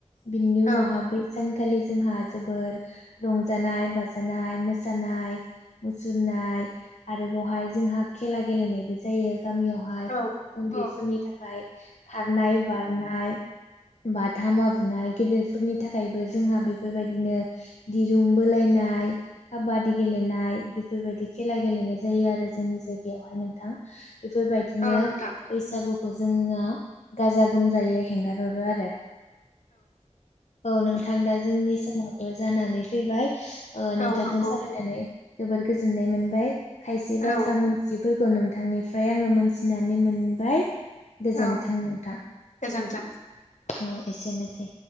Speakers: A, on the left; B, on the left.
A: बिनि
B: औ
A: उनावहा
B: औ
A: बै सानखालि जोंहा जोबोर रंजानाय, बाजानाय, मोसानाय मुसुरनाय आरो बावहाय जोंहा खेला गेलेनायबो जायो गामियावहाय
B: औ
A: उन्दैफोरनि
B: औ
A: थाखाय खारनाय बारनाय बाथा मा नाय, गेदेरफोरनि थाखायबो जोंहा बेफोरबायदिनो दिरुं बोलायनाय काबा दि गेलेनाय। बेफोरबादि खेला गेलेनाय जायो आरो जोंनि जायगायावहाय नोंथां। बेफोरबायदिनो
B: औ नोंथां
A: बैसागु खौ जोङो गाजा गोमजायै हेंगार हरो आरो। औ नोंथां दा जोंनि समाबो जानानै फैबाय। ओ नोंथांजों
B: औ नंगौ
A: सावरायनानै जोबोर गोजोननाय मोनबाय खायसे बाथ्रा
B: औ नंगौ औ
A: मोनथियैफोरखौ खौ नोंथांनिफ्राय आङो मोनथिनानै मोनबाय गोजोनथों
B: औ
A: नोंथां।
B: गोजोन्थों
A: औ एसेनोसै।